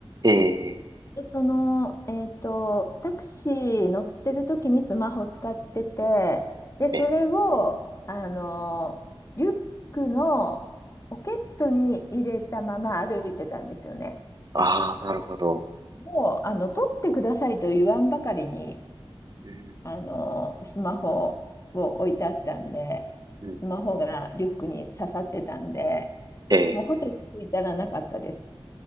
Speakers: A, on the right (about 45°); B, on the left (about 30°).
A: ええええ
B: その、えっと、タクシー乗ってる時にスマホ使ってて、で、それを、
A: ええ
B: あの、リュックのポケットに入れたまま歩いてたんですよね。
A: ああ、なるほど。
B: もう、あの、取ってくださいと言わんばかりに、
A: うん、
B: あの、スマホを置いてあったんで、
A: うん、
B: スマホがリュックに刺さってたんで、
A: ええ
B: もうホテル着いたらなかったです。